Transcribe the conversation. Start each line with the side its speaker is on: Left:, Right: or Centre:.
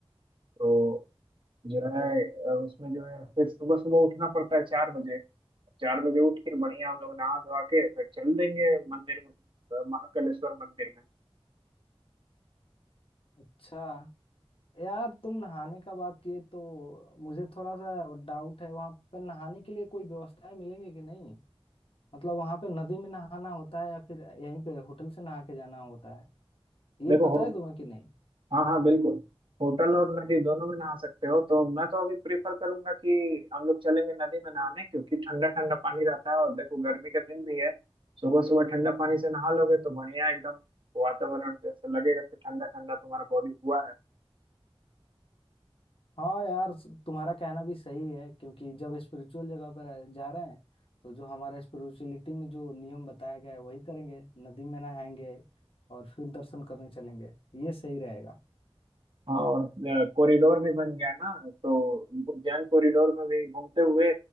Right: तो जो है अ, उसमें जो है फिर सुबह सुबह उठना पड़ता है चार बजे चार बजे उठ के बढ़िया हम लोग नहा धोवा के फिर चल देंगे मंदिर में अ, महाकालेश्वर मंदिर में
Left: अच्छा यार तुम नहाने का बात किए तो मुझे थोड़ा सा डाउट है वहां पर नहाने के लिए कोई व्यवस्थाएं मिलेंगी कि नहीं मतलब वहां पे नदी में नहाना होता है या फिर यहीं पे होटल से नहा के जाना होता है ये
Right: देखो
Left: पता
Right: हो
Left: है तुम्हें कि नहीं
Right: हाँ हाँ बिल्कुल होटल और नदी दोनों में नहा सकते हो तो मैं तो अभी प्रेफर करूंगा कि हम लोग चलेंगे नदी में नहाने क्योंकि ठंडा ठंडा पानी रहता है और देखो गर्मी का दिन भी है सुबह सुबह ठंडा पानी से नहा लोगे तो बढ़िया एकदम वातावरण जैसे लगेगा कि ठंडा ठंडा तुम्हारा बॉडी हुआ है
Left: हाँ यार स- तुम्हारा कहना भी सही है क्योंकि जब स्पिरिचुअल जगह पर आ- जा रहे हैं तो जो हमारा स्पिरिचुअलिटी में जो नियम बताया गया है वही करेंगे नदी में नहाएंगे और फिर दर्शन करने चलेंगे ये सही रहेगा
Right: हाँ और कॉरिडोर भी बन गया ना तो उद्यान कॉरिडोर में भी घूमते हुए